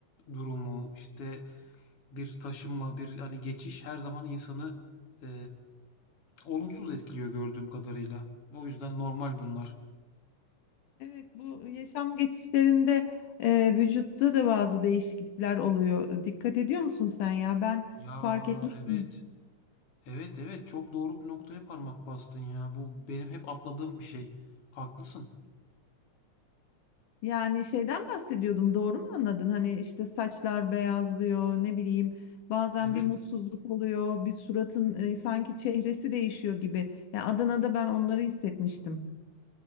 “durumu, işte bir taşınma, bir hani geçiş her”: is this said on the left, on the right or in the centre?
Left